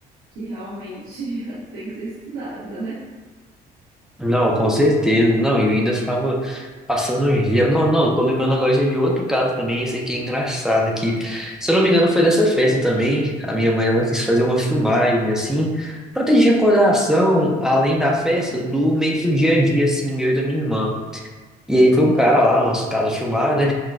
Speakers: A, on the right; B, in the centre.
A: que realmente <laughs> tem que ser estudada, né?
B: Não, com certeza. Não, e eu ainda ficava passando uns dias. Não, não, tô lembrando agora já de outro caso também. Esse aqui é engraçado, que, se eu não me engano, foi dessa festa também. A minha mãe, ela quis fazer uma filmagem, assim, pra ter de recordação, além da festa, do meio que o dia a dia, assim, meu e da minha irmã. E aí foi um cara lá na nossa casa filmar, né?